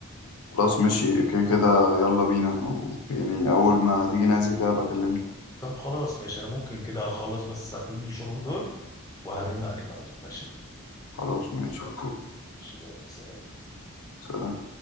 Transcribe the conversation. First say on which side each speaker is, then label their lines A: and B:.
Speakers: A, on the left; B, on the left.
A: خلاص ماشي كده كده يلا بينا و- يعني اول ما تيجي نازل كده بكلمك
B: طب خلاص ماشي انا ممكن كده اخلص بس ساعتين الشغل دول وهرن عليك على طول ماشي
A: خلاص ماشي اوكي
B: ماشي يلا، سلام.
A: سلام